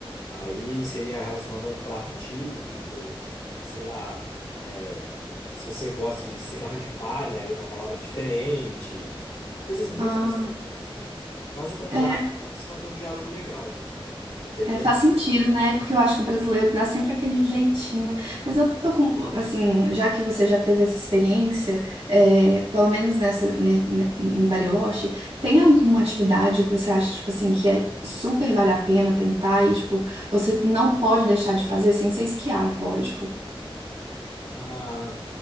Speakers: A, on the left; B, on the right.
A: Aí seria relacionado a um prato típico, sei lá, é, Se você gosta de cigarro de palha, aí é uma palavra diferente. Coisas muito
B: ah.
A: específicas, assim. Caso contrário,
B: é,
A: dá pra você manter um diálogo legal. Não tem
B: É,
A: problema.
B: faz sentido, né? Porque eu acho que o brasileiro dá sempre aquele jeitinho. Mas eu tô com, assim, já que você já teve essa experiência, é, pelo menos nessa, ne- ne- em Bariloche, tem alguma atividade que você acha, tipo assim, que é super vale a pena tentar e, tipo, você não pode deixar de fazer sem ser esquiar, lógico.
A: Ah,